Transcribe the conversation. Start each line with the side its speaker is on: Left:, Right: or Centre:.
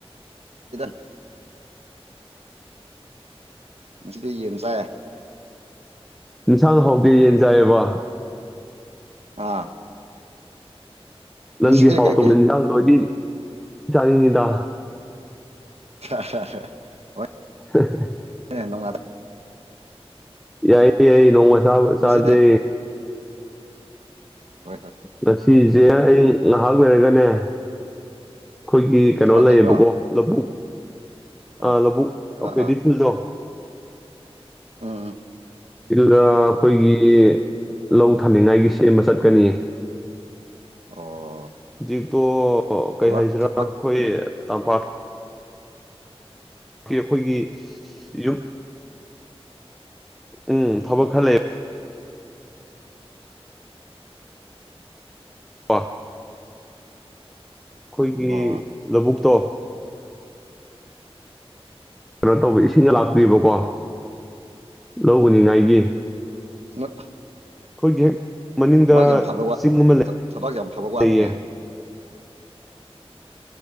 Right: <unintelligible> ꯉꯥꯁꯤꯗꯤ ꯌꯦꯟ ꯆꯥꯏ
Centre: ꯏꯟꯁꯥꯡ ꯍꯧꯇꯦ ꯌꯦꯟ ꯆꯥꯏꯕ
Right: ꯑꯥ
Centre: ꯅꯪꯒꯤ
Right: ꯉꯁꯤꯗꯤ
Centre: ꯍꯥꯎ
Right: ꯀꯩꯀꯩ
Centre: <inaudible> ꯏꯟꯖꯥꯡꯗꯣ ꯑꯩꯗꯤ ꯆꯥꯅꯤꯡꯉꯤꯗ
Right: <inaudible>
Centre: ꯍ <inaudible>
Right: ꯑꯦ ꯅꯨꯡꯉꯥꯏ <inaudible>
Centre: ꯌꯥꯏ ꯌꯥꯏ ꯅꯣꯡꯃ ꯆꯥꯎ
Right: ꯉꯁꯤꯗꯤ
Centre: ꯆꯥꯖꯦ
Right: ꯍꯣꯏ ꯍꯣꯢ
Centre: ꯉꯁꯤꯁꯦ ꯑꯩ ꯉꯥꯏꯍꯥꯛ ꯂꯩꯔꯒꯅꯦ ꯑꯩꯈꯣꯏꯒꯤ ꯀꯩꯅꯣ
Right: ꯊꯕꯛ
Centre: ꯂꯩꯌꯦꯕꯀꯣ
Right: ꯂꯩꯕ꯭ꯔꯣ
Centre: ꯂꯧꯕꯨꯛ
Right: ꯑꯥ
Centre: ꯑ ꯂꯕꯨꯨꯛ
Right: ꯑꯥ
Centre: ꯄꯦꯗꯤ
Right: ꯑꯥ
Centre: ꯐꯤꯜꯗꯣ
Right: ꯎꯝ ꯎꯝ
Centre: ꯗ ꯑꯩꯈꯣꯏꯒꯤ ꯂꯧ ꯊꯥꯅꯤꯡꯉꯥꯏꯒꯤ ꯁꯦꯝꯕ ꯆꯠꯀꯅꯤꯌꯦ
Right: ꯑꯣ
Centre: ꯍꯧꯖꯤꯛꯇꯣ
Right: ꯊꯕꯛ
Centre: ꯀꯩ ꯍꯥꯏꯁꯤꯔꯥ
Right: ꯊꯕꯛ
Centre: ꯑꯩꯈꯣꯏ ꯇꯝꯄꯥꯛ ꯀꯤ ꯑꯩꯈꯣꯏꯒꯤ ꯌꯨꯝ ꯎꯝ ꯊꯕꯛ ꯈꯔ ꯂꯩꯌꯦ ꯕ ꯑꯩꯈꯣꯏꯒꯤ
Right: ꯑꯣ
Centre: ꯂꯧꯕꯨꯛꯇꯣ ꯀꯩꯅꯣ ꯇꯧꯕ ꯏꯁꯤꯡꯒ ꯂꯥꯛꯄꯤꯕꯀꯣ ꯂꯧ ꯎꯅꯤꯉꯥꯏꯒꯤ
Right: ꯅ <inaudible>
Centre: ꯑꯩꯈꯣꯏꯒꯤ ꯍꯦꯛ ꯃꯅꯤꯡꯗ
Right: ꯌꯥꯝ ꯐꯕ ꯋꯥ
Centre: ꯆꯤꯡ ꯑꯃ ꯂꯩꯌꯦ
Right: ꯊꯕꯛ ꯌꯥꯝ ꯐꯕ ꯋꯥꯅꯤꯅꯦ